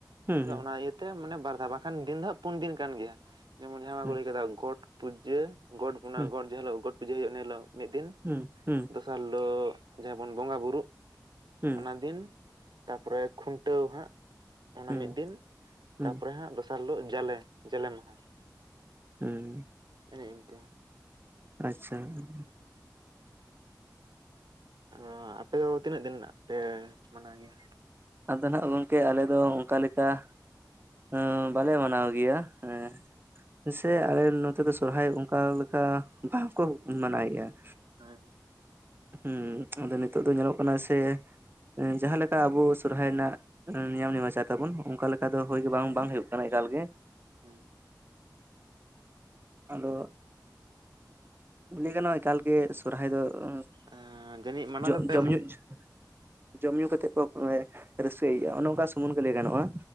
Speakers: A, on the right; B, on the right.
A: ᱦᱩᱸ
B: ᱟᱫᱚ ᱚᱱᱟ ᱤᱭᱟᱹᱛ ᱛᱮ ᱢᱟᱱᱮ ᱵᱟᱨ ᱫᱷᱟᱣ ᱵᱟᱝᱠᱷᱟᱱ ᱫᱤᱱ ᱫᱚ ᱦᱟᱸᱜ ᱯᱩᱱ ᱫᱤᱱ ᱠᱟᱱ ᱜᱮᱭᱟ ᱡᱮᱢᱚᱱ ᱡᱟᱦᱟᱸ ᱵᱟ
A: ᱦᱩᱸ
B: ᱠᱚ ᱞᱟᱹᱭ ᱠᱮᱫᱟ ᱜᱚᱴ ᱯᱩᱡᱟᱹ ᱜᱚᱴ ᱚᱱᱟ
A: ᱦᱩᱸ
B: ᱜᱚᱴ ᱡᱟᱦᱟᱸᱤᱞᱚᱜ ᱜᱚᱴ ᱯᱩᱡᱟᱹ ᱦᱩᱭᱩᱜᱼᱟ ᱤᱱ ᱦᱤᱞᱚᱜ ᱢᱤᱫ ᱫᱤᱱ
A: ᱦᱩᱸ ᱦᱩᱸ
B: ᱫᱚᱥᱟᱨ ᱦᱤᱞᱚᱜ ᱡᱟᱦᱟᱸ ᱵᱚᱱ ᱵᱚᱸᱜᱟ ᱵᱩᱨᱩᱜ
A: ᱦᱩᱸ
B: ᱚᱱᱟ ᱫᱤᱱ ᱛᱟᱯᱚᱨᱮ ᱠᱷᱩᱱᱴᱟᱹᱣ ᱦᱟᱸᱜ ᱚᱱᱟ
A: ᱦᱩᱸ
B: ᱢᱤᱫ
A: ᱦᱩᱸ
B: ᱫᱤᱱ
A: ᱦᱩᱸ
B: ᱛᱟᱯᱚᱨᱮ ᱦᱟᱸᱜ ᱫᱚᱥᱟᱨ ᱦᱤᱞᱚᱜ ᱡᱟᱞᱮ ᱡᱟᱞᱮ ᱢᱟᱦᱟ
A: ᱦᱩᱸ
B: ᱮᱱᱮ ᱤᱱᱠᱟᱹ
A: ᱟᱪᱪᱷᱟ ᱦᱩᱸ
B: ᱟᱸ ᱟᱯᱮ ᱫᱚ ᱛᱤᱱᱟᱹᱜ ᱫᱤᱱ ᱨᱮᱱᱟᱜ ᱯᱮ ᱢᱟᱱᱟᱣ ᱜᱮᱭᱟ᱾
A: ᱟᱫᱚ ᱱᱟᱸᱜ ᱜᱚᱝᱠᱮ ᱟᱞᱮ ᱫᱚ ᱚᱱᱠᱟ ᱞᱮᱠᱟ᱾ ᱦᱩ ᱵᱟᱞᱮ ᱢᱟᱱᱟᱣ ᱜᱮᱭᱟ ᱦᱮᱸ ᱥᱮ ᱟᱞᱮ ᱱᱚᱛᱮ ᱫᱚ ᱥᱚᱨᱦᱟᱭ ᱚᱱᱠᱟ ᱞᱮᱠᱟ ᱵᱟᱝ ᱠᱚ ᱢᱟᱱᱟᱣ ᱜᱮᱭᱟ᱾ <unintelligible>
B: ᱦᱳᱭ
A: ᱦᱩᱸ ᱟᱫᱚ ᱱᱤᱛᱚᱜ ᱫᱚ ᱧᱮᱞᱚᱜ ᱠᱟᱱᱟ ᱥᱮ ᱡᱟᱦᱟᱸᱮᱠᱟ ᱟᱵᱚ ᱥᱚᱨᱦᱟᱭ ᱨᱮᱱᱟᱜ ᱱᱤᱭᱚᱢ ᱱᱮᱢᱟᱪᱟᱨ ᱛᱟᱵᱚᱱ ᱚᱱᱠᱟ ᱞᱮᱠᱟ ᱫᱚ ᱦᱳᱭ ᱜᱮ ᱵᱟᱝ ᱦᱳᱭ ᱠᱟᱱᱟ ᱮᱠᱟᱞ ᱜᱮ
B: ᱦᱩᱸ
A: ᱟᱫᱚ ᱞᱟᱹᱭ ᱜᱟᱱᱚᱼᱟ ᱮᱠᱟᱞ ᱜᱮ ᱥᱚᱨᱦᱟᱭ ᱫᱚ ᱦᱩ
B: ᱦᱩᱸ ᱡᱟᱹᱱᱤᱡ ᱢᱟᱱᱟᱣ ᱫᱚᱯᱮ
A: <unintelligible>
B: ᱦᱮᱸ
A: ᱡᱚᱢ ᱧᱩ ᱠᱟᱛᱮᱫ ᱠᱚ ᱨᱟᱹᱥᱠᱟᱹᱭ ᱜᱮᱭᱟ ᱚᱱᱮ ᱚᱱᱠᱟ ᱥᱩᱢᱩᱱ ᱜᱮ ᱞᱟᱹᱭ ᱜᱟᱱᱚᱜᱼᱟ